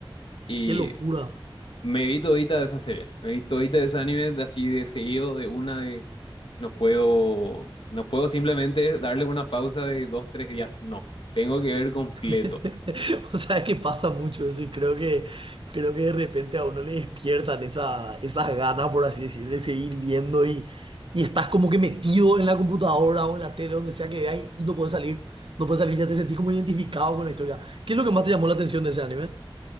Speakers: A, on the left; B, on the right.
A: Y
B: qué locura!
A: Me vi todita de esa serie, me vi todita de ese anime de así de seguido, de una de no puedo, no puedo simplemente darle una pausa de dos, tres días, no, tengo que ver completo.
B: <laughs> O sea, es que pasa mucho eso y creo que, creo que de repente a uno le despiertan esa, esas ganas, por así decir, de seguir viendo y, y estás como que metido en la computadora o en la tele, donde sea que veas y no puedes salir. No puedes salir, ya te sentís como identificado con la historia. ¿Qué es lo que más te llamó la atención de ese anime?